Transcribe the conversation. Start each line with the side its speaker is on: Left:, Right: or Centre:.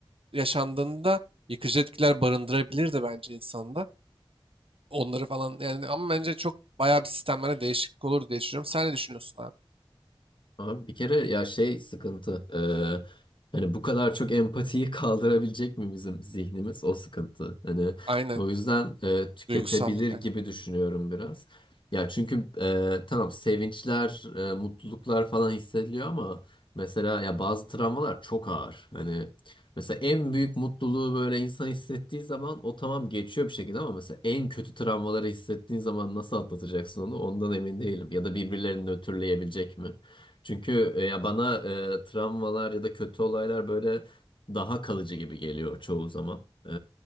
Right: yaşandığında yıkıcı etkiler barındırabilir de bence insanda. Onları falan yani ama bence çok bayağı bir sistemlere değişiklik olur diye düşünüyorum. Sen ne düşünüyorsun abi?
Left: Abi bir kere ya şey sıkıntı. Ee, hani bu kadar çok empatiyi <laughs> kaldırabilecek mi bizim zihnimiz? O sıkıntı. Hani
Right: Aynen.
Left: o yüzden e, tüketebilir
Right: Duygusallık aynen.
Left: gibi düşünüyorum biraz. Ya çünkü e, tamam sevinçler, e, mutluluklar falan hissediliyor ama mesela ya bazı travmalar çok ağır. Hani mesela en büyük mutluluğu böyle insan hissettiği zaman o tamam geçiyor bir şekilde ama mesela en kötü travmaları hissettiğin zaman nasıl atlatacaksın onu? Ondan emin değilim. Ya da birbirlerini nötrleyebilecek mi? Çünkü e, ya bana e, travmalar ya da kötü olaylar böyle daha kalıcı gibi geliyor çoğu zaman. E,